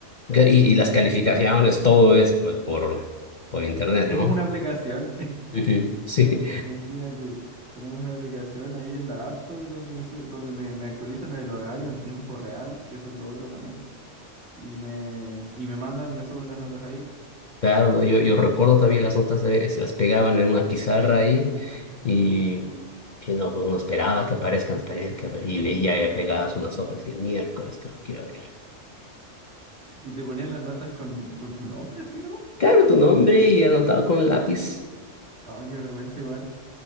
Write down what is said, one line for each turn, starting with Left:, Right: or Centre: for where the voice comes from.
Left: Que- Y, y las calificaciones, todo es pues por, por internet,
Right: Tenemos
Left: ¿no?
Right: una aplicación.
Left: Ujú. <laughs> Sí.
Right: Imagínate, tenemos una aplicación ahí en la App Store donde me, su- donde me, me actualizan el horario en tiempo real, que eso es lo otro también, y me, y me mandan, me suben las notas ahí.
Left: Claro, ¿no? Yo, yo recuerdo todavía las notas eh, se las pegaban en una pizarra ahí y,
Right: Oh.
Left: y no, pues no esperaba que aparezcan, las paredes, que apare- y veía ya pegadas unas hojas y de miércoles tengo que ir a ver.
Right: Y te ponían las notas con, con tu nombre así nomás.
Left: Claro, tu nombre y anotado con lápiz.
Right: Oh, qué vergüenza igual.